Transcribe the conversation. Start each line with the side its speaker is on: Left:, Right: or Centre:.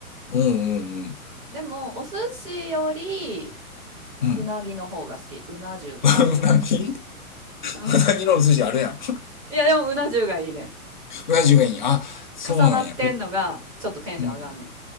Left: うんうんうん。
Right: でも、お寿司より、
Left: うん。
Right: うなぎの方が好き。うな重とか。
Left: <laughs> うなぎ
Right: うん。
Left: うなぎのお寿司あるやん。
Right: いや、でも、うな重がいいねん。
Left: <laughs> うな重がいい。あ、そうなんや。
Right: 重なってんのが、
Left: え
Right: ちょっとテンション上がんねん。
Left: うん。